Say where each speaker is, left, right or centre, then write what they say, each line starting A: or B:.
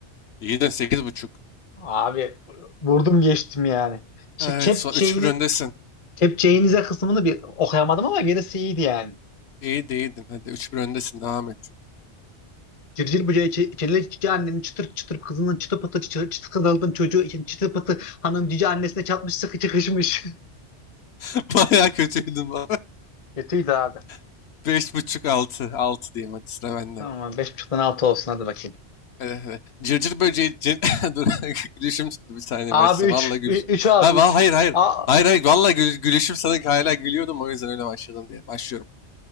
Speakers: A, on the left; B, on the left.
A: İyi de sekiz buçuk.
B: Abi vurdum geçtim yani. Ç-
A: Evet,
B: Kepçeğini,
A: so 3-1 öndesin.
B: kepçeğinize kısmını bir okuyamadım ama gerisi iyiydi yani.
A: İyiydi iyiydin. Hadi üç bir öndesin. Devam et.
B: Cırcır böceği, çe- çeleli cici annenin çıtır çıtır kızının çıtı pıtı çıtı, çıtı kızaldın çocuğu için çıtı pıtı hanım cici annesine çatmış sıkı çıkışmış.
A: <laughs> Bayağı kötüydüm baba.
B: <laughs> Kötüydü abi.
A: <laughs> Beş buçuk altı. Altı diyeyim hadi sıra benden.
B: Tamam 5.5'tan 6 olsun hadi bakayım.
A: Hadi, hadi. Cırcır böceği cin... <laughs> Dur <laughs> gülüşüm tuttu bir saniye
B: Abi
A: başlayacağım.
B: 3
A: Valla gülüş.
B: 3 abi
A: Ha, va-
B: üç
A: hayır hayır.
B: Aa,
A: Hayır hayır valla gül- gülüşüm sana hala gülüyordum o yüzden öyle başladım diye. Başlıyorum.